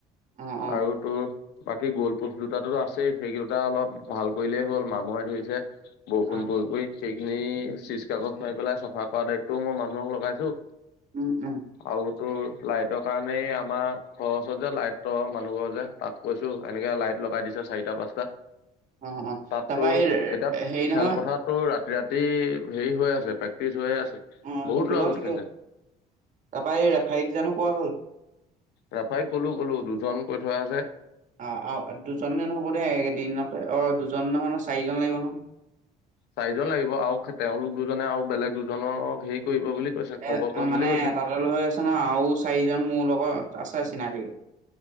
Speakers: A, on the right; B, on the left.
A: অ' অ'
B: আৰু তোৰ বাকী গোলপোচ দুটাতো আছেই সেইকেইটা অলপ ভাল কৰিলেই হ'ল মামহে ধৰিছে। বৰষুণ
A: অ'
B: পৰি পৰি। সেইখিনি চিজ কাগজ মাৰি পেলাই চাফা কৰা দায়িত্বও মই মানুহক লগাইছো।
A: উম উম
B: আৰু তোৰ লাইটৰ কাৰণেই আমাৰ ঘৰ ওচত যে লাইট ত মানুহ ঘৰ যে তাক কৈছো। এনেকে লাইট লগাই দিছে চাৰিটা পাঁচটা।
A: অ' অ'
B: তাতো
A: তাৰপা এই
B: এতিয়া
A: হেৰি নহয়
B: খেলপথাৰতটো ৰাতি ৰাতি হেৰি হৈ আছে প্ৰেক্টিচ হৈ আছে।
A: অ
B: বহুত
A: সেইটো
B: ল'ৰা
A: বাৰু
B: গোট
A: ঠিকেই
B: খাইছে
A: তাৰাপা এই ৰেফাৰীক জানো কোৱা হ'ল।
B: ৰেফাৰীক কলো কলো দুজন কৈ থোৱা আছে।
A: আ -আ দুজনে নহব দে একেইদিনতে অহ দুজনে নহয় ন'। চাৰিজন লাগিব নহয়।
B: চাৰিজন লাগিব আৰু তেওঁলোক দুজনে আৰু বেলেগ দুজনক হেৰি কৰিব বুলি কৈছে খবৰ
A: এ
B: কৰিম
A: 'মানে
B: বুলি কৈছে।
A: এটা দল হৈ আছে ন' আও চাৰিজন মোৰ লগত আছে। চিনাকি